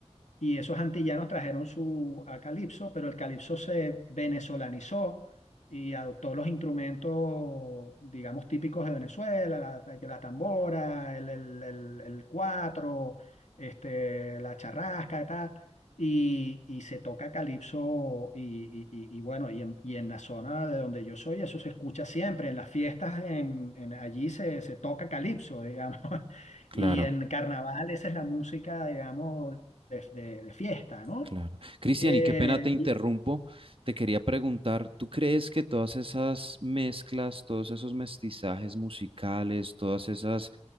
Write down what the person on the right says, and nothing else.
claro.
Claro. Cristian,
y qué pena te interrumpo.
Te quería preguntar, ¿tú crees que todas esas mezclas, todos esos mestizajes musicales, todas esas,